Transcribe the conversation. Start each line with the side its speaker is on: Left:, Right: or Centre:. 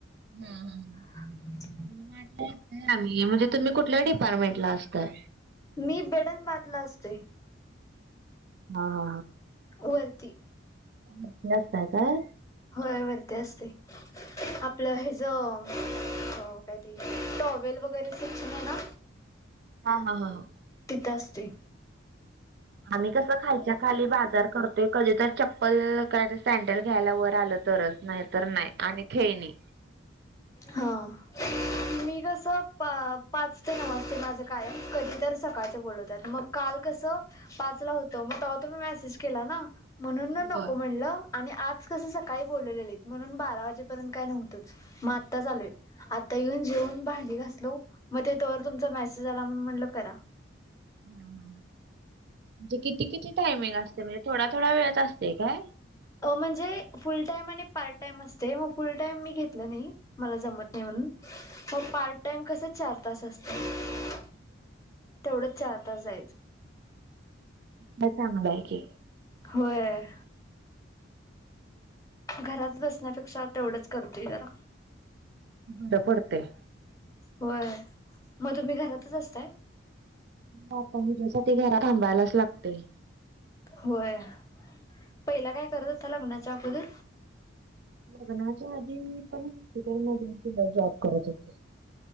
Right: हम्म हम्म.
Left: हा
Right: बाटला असतो आम्ही म्हणजे तुम्ही कुठल्या डिपार्टमेंट ला असताय
Left: मी बेडनबाटला असतोय
Right: हा हा
Left: वरती
Right: वरती असता काय
Left: होय वरती असतोय आपलं ह्येजं हो काय ते टॉवेल वगैरे शिक्षण आहे ना
Right: हा हा हा हा
Left: तिथं असतोय
Right: आम्ही कसं खालच्या खाली बाजार करतोय कधी तर चप्पल काय तर सँडल घ्यायला वर आलं तरच नाही तर नाही आणि खेळणी
Left: हां मी कसं पा पाच ते नऊ असते माझं कायम कधी तर सकाळचं बोलवतात मग काल कसं पाचला होतं मग तेव्हा तुम्ही मेसेज केला ना म्हणून न
Right: होय.
Left: नको म्हणलं आणि आज कसं सकाळी बोलवलेलेत म्हणून बारा वाजेपर्यंत काय नव्हतंच मग आता आताच आलोय आता येऊन जेवून भांडी घासलो मग ते तवर तुमचा मेसेज आला म्हणून म्हणलं करा
Right: हम हम म्हणजे किती किती टायमिंग असतय म्हणजे थोडा थोडा वेळच असतय काय
Left: म्हणजे फुल टाईम आणि पार्ट टाईम असतय मग फुल टाईम मी घेतलं नाही मला जमत नाही म्हणून मग पार्ट टाइम कसं चार तास असतं तेवढंच चार तास जायचं
Right: मग चांगलं आहे की
Left: होय घरात बसण्यापेक्षा तेवढंच करतोय जरा
Right: बंद पडतय
Left: होय मग तुम्ही घरातच असताय
Right: मग आपण जु साठी जरा थांबायलाच लागतय
Left: होय पहिला काय करत होता लग्नाच्या अगोदर
Right: लग्नाच्या आधी मी पण हॉस्पिटलमध्ये तेव्हा जॉब करत होते